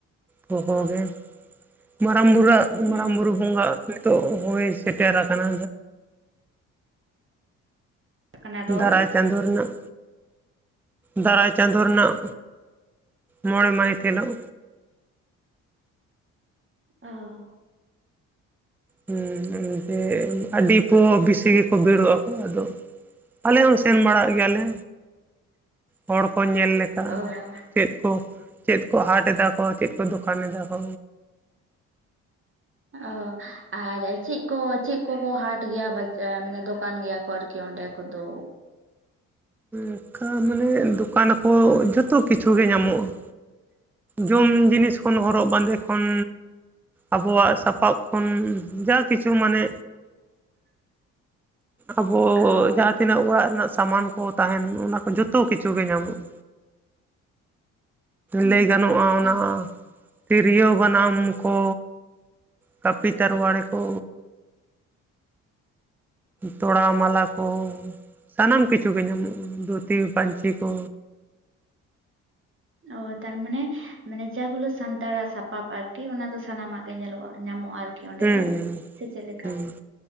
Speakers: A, in the centre; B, on the right.
A: <unintelligible> ᱢᱟᱨᱟᱝ ᱵᱩᱨᱩᱣᱟᱜ
B: ᱦᱩᱸ
A: ᱢᱟᱨᱟᱝ ᱵᱩᱨᱩ ᱵᱚᱸᱜᱟᱜ ᱱᱤᱛᱚᱜ ᱦᱳᱭ ᱥᱮᱴᱮᱨ ᱟᱠᱟᱱᱟ᱾
B: ᱠᱟᱱᱟ ᱨᱚᱲ
A: ᱫᱟᱨᱟᱭ ᱪᱟᱸᱫᱳ ᱨᱮᱱᱟᱜ ᱫᱟᱨᱟᱭ ᱪᱟᱸᱫᱳ ᱨᱮᱱᱟᱜ ᱢᱚᱬᱮ ᱢᱟᱹᱦᱤᱛ ᱦᱤᱞᱳᱜ
B: ᱚ
A: ᱦᱮᱸ ᱡᱮ ᱟᱹᱰᱤ ᱯᱚ ᱵᱤᱥᱤ <unintelligible> ᱟᱠᱚ ᱟᱫᱚ ᱟᱞᱮ ᱦᱚᱸ ᱥᱮᱱ ᱵᱟᱲᱟᱜ ᱜᱮᱭᱟᱞᱮ᱾ ᱦᱚᱲ ᱠᱚ ᱧᱮᱞ ᱞᱮᱠᱟ᱾
B: ᱚ
A: ᱪᱮᱫ ᱠᱚ ᱪᱮᱫ ᱠᱚ ᱦᱟᱴ ᱮᱫᱟ ᱠᱚ ᱪᱮᱫ ᱠᱚ ᱫᱚᱠᱟᱱ ᱮᱫᱟ ᱠᱚ?
B: ᱚ ᱟᱨ ᱪᱮᱫ ᱠᱚ ᱪᱮᱫ ᱠᱚᱠᱚ ᱦᱟᱴ ᱜᱮᱭᱟ ᱵᱟᱡᱟᱨ ᱫᱚᱠᱟᱱ ᱜᱮᱭᱟ ᱠᱚ ᱟᱨᱠᱤ ᱚᱸᱰᱮ ᱠᱚᱫᱚ
A: ᱚᱝᱠᱟ ᱢᱟᱱᱮ ᱫᱚᱠᱟᱱ ᱟᱠᱚ ᱡᱚᱛᱚ ᱠᱤᱪᱷᱩ ᱜᱮ ᱧᱟᱢᱚᱜᱼᱟ᱾ ᱡᱚᱢ ᱡᱤᱱᱤᱥ ᱠᱷᱚᱱ ᱦᱚᱨᱚᱜ ᱵᱟᱸᱫᱮ ᱠᱷᱚᱱ ᱟᱵᱚᱣᱟᱜ ᱥᱟᱯᱟᱯ ᱠᱷᱚᱱ ᱡᱟ ᱠᱤᱪᱷᱩ ᱢᱟᱱᱮ ᱟᱵᱚ
B: ᱚ
A: ᱡᱟᱦᱟᱸ ᱛᱤᱱᱟᱹᱜ ᱚᱲᱟᱜ ᱨᱮᱱᱟᱜ ᱥᱟᱢᱟᱱ ᱠᱚ ᱛᱟᱦᱮᱱ ᱚᱱᱟ ᱠᱚ ᱡᱚᱛᱚ ᱠᱤᱪᱷᱩ ᱜᱮ ᱧᱟᱢᱚᱜᱼᱟ᱾
B: ᱦᱩᱸ
A: ᱞᱟᱹᱭ ᱜᱟᱱᱚᱜᱼᱟ ᱚᱱᱟ ᱛᱤᱨᱭᱳ ᱵᱟᱱᱟᱢ ᱠᱚ ᱠᱟᱹᱯᱤ ᱛᱟᱨᱣᱟᱲᱮ ᱠᱚ ᱛᱚᱲᱟ ᱢᱟᱞᱟ ᱠᱚ ᱥᱟᱱᱟᱢ ᱠᱤᱪᱷᱩ ᱜᱮ ᱧᱟᱢᱚᱜᱼᱟ᱾ ᱫᱷᱩᱛᱤ ᱯᱟᱹᱧᱪᱤ ᱠᱚ
B: ᱚ ᱛᱟᱨᱢᱟᱱᱮ ᱢᱟᱱᱮ ᱡᱟᱜᱩᱞᱟᱹ ᱥᱟᱱᱛᱟᱲᱟᱜ ᱥᱟᱯᱟᱵ ᱟᱨᱠᱤ ᱚᱱᱟ ᱫᱚ ᱥᱟᱱᱟᱢᱟᱜ ᱜᱮ ᱧᱮᱞᱚᱜᱼᱟ᱾ ᱧᱟᱢᱚᱜᱼᱟ ᱟᱨᱠᱤ ᱚᱸᱰᱮ
A: ᱦᱩᱸ
B: ᱫᱚ ᱥᱮ ᱪᱮᱫ ᱞᱮᱠᱟ
A: ᱦᱩᱸ